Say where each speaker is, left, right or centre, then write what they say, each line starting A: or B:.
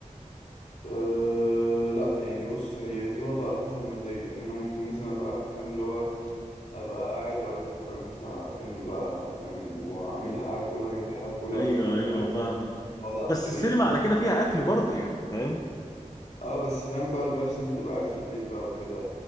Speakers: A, on the left; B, on the left.
A: أه لا يعني بص هي دي برضه على حسب مزاجي يعني أنا ممكن مثلا أبقى فاهم اللي هو ابقى قاعد وعايز اتفرج مثلا على فيلم بقى فاهم واعمل لي حاجه كلها اجيب لي حاجه كلها
B: ايوه
A: وكده
B: ايوه
A: ابقى عايز
B: فاهم
A: اقعد على
B: بس
A: السرير
B: السينما على كده فيها اكل برضه يعني فاهم
A: اه بس فاهم بقى الفايبس إن انت تبقى قاعد في البيت بقى وكده